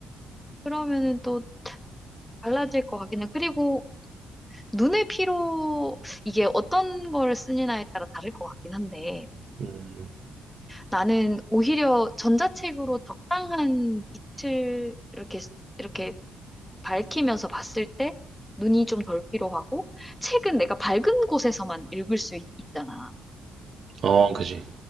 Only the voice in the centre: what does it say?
그러면은 또 달라질 것 같긴 해. 그리고 눈의 피로 이게 어떤 걸 쓰느냐에 따라 다를 것 같긴 한데
나는 오히려 전자책으로 적당한 빛을 이렇게 이렇게 밝히면서 봤을 때 눈이 좀 덜 피로하고 책은 내가 밝은 곳에서만 읽을 수 있, 잖아